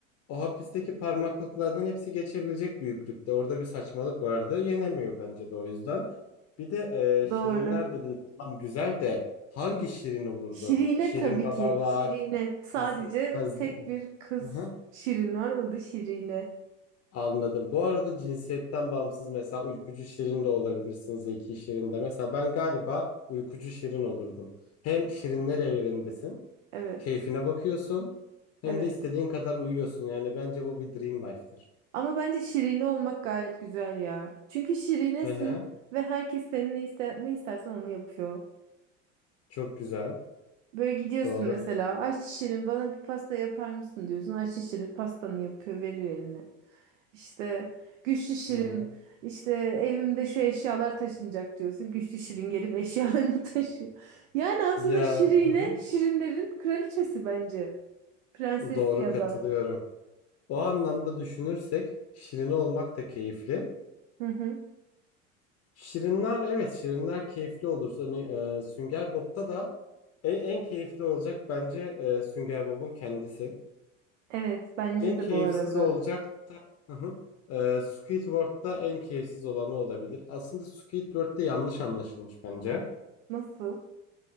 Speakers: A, on the left (about 40°); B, on the right (about 85°).
A: O hapisteki parmaklıklardan hepsi geçebilecek büyüklükte. Orada bir saçmalık vardı. Yenemiyor bence de o yüzden. Bir de e, şirinler
B: Doğru.
A: dedin. Tamam güzel de hangi şirin olurdun?
B: Şirine
A: Şirin
B: tabii
A: Baba
B: ki.
A: var.
B: Şirine. Sadece
A: Z- ha, z-
B: tek bir kız
A: Hı
B: Şirin var. O da Şirine.
A: Anladım. Bu arada cinsiyetten bağımsız mesela uykucu şirin de olabilirsin. Zeki şirin de. Mesela ben galiba uykucu şirin olurdum. Hem şirinler evrendesin.
B: Evet.
A: Keyfine bakıyorsun. Hem
B: Evet.
A: de istediğin kadar uyuyorsun. Yani bence bu bir dream life'tır.
B: Ama bence Şirine olmak gayet güzel ya. Çünkü Şirinesin
A: Hı hı.
B: ve herkes senin ne iste ne istersen onu yapıyor.
A: Çok güzel.
B: Böyle gidiyorsun
A: Doğru.
B: mesela aç şirin bana bir pasta yapar mısın diyorsun. Aç şirin pastanı yapıyor veriyor eline. İşte güçlü şirin
A: Hı hı.
B: işte evimde şu eşyalar taşınacak diyorsun. Güçlü şirin gelip eşyalarını <laughs> taşıyor. Yani aslında
A: Ya
B: şirine
A: hı hı.
B: şirinlerin kraliçesi bence. Prensesi
A: Doğru
B: ya
A: katılıyorum.
B: da.
A: O anlamda düşünürsek şirin olmak da keyifli.
B: Hı hı.
A: Şirinler evet şirinler keyifli olur. Hani e, Sünger Bob'ta da en, en keyifli olacak bence e, Sünger Bob'un kendisi.
B: Evet bence
A: En
B: de
A: keyifsiz
B: bu arada.
A: olacak da hı hı. E, Squidward'da en keyifsiz olanı olabilir. Aslında Squidward'da yanlış anlaşılmış bence.
B: Nasıl?